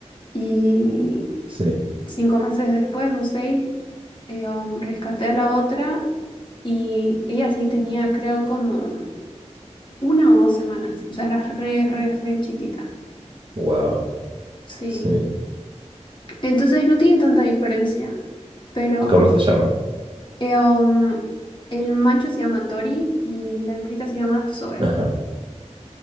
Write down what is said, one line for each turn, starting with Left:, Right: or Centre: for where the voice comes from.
Left: y
Right: sí.
Left: cinco meses después o seis eh, um, rescaté a la otra y ella sí tenía, creo, como una o dos semanas, o sea, era re, re, re chiquita.
Right: Wow,
Left: Sí.
Right: sí.
Left: Entonces no tienen tanta diferencia, pero
Right: ¿Y cómo se llaman?
Left: eh, um, el macho se llama Tori y la hembrita se llama Zoe.
Right: Ajá.